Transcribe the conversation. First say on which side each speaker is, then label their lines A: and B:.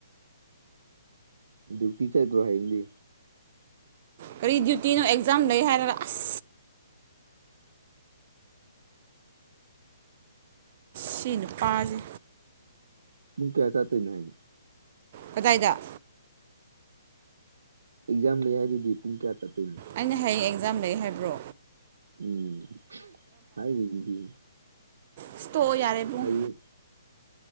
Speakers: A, on the right (about 65°); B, on the right (about 40°).
A: ꯗ꯭ꯌꯨꯇꯤ ꯆꯠꯒ꯭ꯔꯣ ꯍꯌꯦꯡꯗꯤ꯫
B: ꯀꯔꯤ ꯗ꯭ꯌꯨꯇꯤꯅꯣ ꯑꯦꯛꯖꯥꯝ ꯂꯩ ꯍꯥꯏꯔꯒ ꯑꯁ, ꯁꯤ ꯅꯨꯄꯥꯖꯤ꯫
A: ꯄꯨꯡ ꯀꯌꯥ ꯆꯠꯇꯣꯏꯅꯣ ꯍꯌꯦꯡ?
B: ꯀꯗꯥꯏꯗ?
A: ꯑꯦꯛꯖꯥꯝ ꯂꯩ ꯍꯥꯏꯗꯨꯗꯤ, ꯄꯨꯡ ꯀꯌꯥ ꯆꯠꯇꯣꯏꯅꯣ?
B: ꯑꯩꯅ, ꯍꯌꯦꯡ ꯑꯦꯛꯖꯥꯝ ꯂꯩ ꯍꯥꯏꯕ꯭ꯔꯣ?
A: ꯎꯝ ꯍꯥꯏꯔꯤꯗꯨꯗꯤ꯫
B: ꯏꯁ ꯇꯣꯛꯑꯣ ꯌꯥꯔꯦ꯫ ꯏꯕꯨꯡ
A: <unintelligible>